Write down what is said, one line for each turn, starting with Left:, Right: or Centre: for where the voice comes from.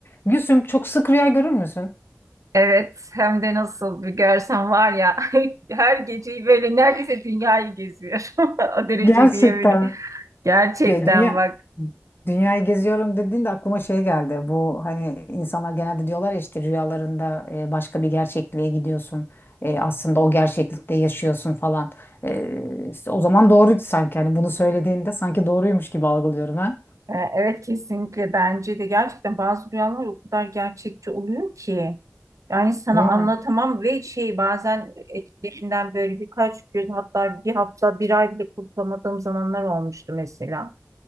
Left: Gülsüm çok sık rüya görür müsün?
Right: Evet, hem de nasıl bir görsen var ya <laughs> her geceyi böyle neredeyse dünyayı geziyor. <laughs> O derece
Left: Gerçekten
Right: diye böyle.
Left: mi?
Right: Gerçekten
Left: De, dünya
Right: bak.
Left: dünyayı geziyorum dediğinde aklıma şey geldi. Bu hani insanlar genelde diyorlar ya işte rüyalarında e, başka bir gerçekliğe gidiyorsun. E, aslında o gerçeklikte yaşıyorsun falan. E, işte o zaman doğruydu sanki. Hani bunu söylediğinde sanki doğruymuş gibi algılıyorum ha.
Right: e, Evet kesinlikle bence de gerçekten bazı rüyalar o kadar gerçekçi oluyor ki. Yani sana
Left: Değil
Right: anlatamam
Left: mi?
Right: ve şey bazen etkilerinden böyle birkaç gün hatta bir hafta bir ay bile kurtulamadığım zamanlar olmuştu mesela.